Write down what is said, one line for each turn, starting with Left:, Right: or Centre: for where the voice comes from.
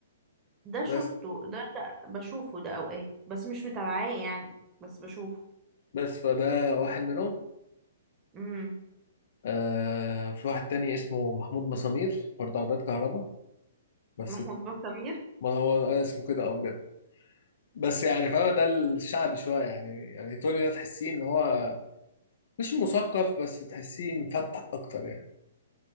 Right: ده شفته
Left: بس
Right: ده, ده بشوفه ده اوقات بس مش متابعاه يعني بس بشوفه
Left: بس فده واحد منهم
Right: امم
Left: آه في واحد تاني اسمه محمود مسامير برضه عباد كهرباء بس
Right: محمود بن سمير
Left: ما هو اسمه كده اه بجد بس يعني فهو ده الشعبي شوية يعني يعني توني ده تحسيه ان هو مش مثقف بس تحسيه مفتح اكتر يعني